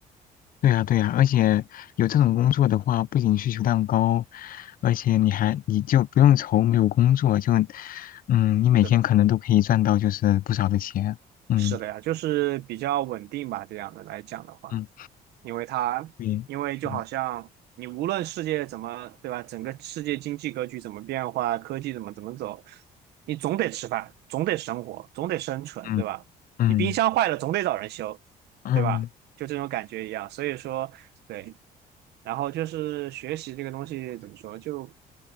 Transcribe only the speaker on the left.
对呀对呀，而且有这种工作的话，不仅需求量高，而且你还你就不用愁没有工作，就嗯，你每天可能都可以赚到就是不少的钱。
嗯
嗯，
对，
嗯
嗯
嗯
嗯，